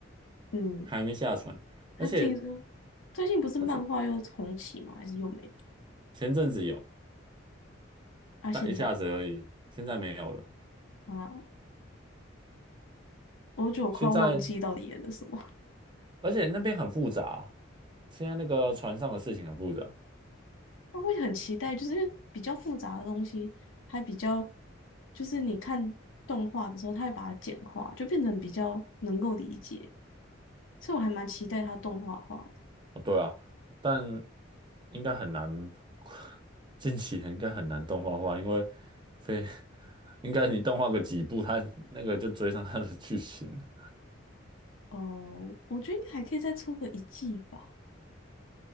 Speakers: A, on the left (about 80°); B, on the right (about 25°).
A: 嗯，
B: 还没下船，
A: 他听说
B: 而且
A: 最近不是漫画又重启吗？
B: 他是
A: 还是又没？
B: 前阵子有，
A: 啊，
B: 但一下子而已，
A: 现在呢
B: 现在没有了，
A: 啊，我觉得我快要忘记到底演的什么。
B: 现在而且那边很复杂啊，现在那个船上的事情很复杂。
A: 他会很期待，就是因为比较复杂的东西，还比较就是你看动画的时候，他会把它简化，就变成比较能够理解，所以我还蛮期待它动画化的。
B: 哦对啊，但应该很难，<laughs> 近期应该很难动画化，因为非 <laughs> 应该你动画个几部，他那个就追上他的剧情了。
A: 哦、我觉得应该还可以再出个一季吧。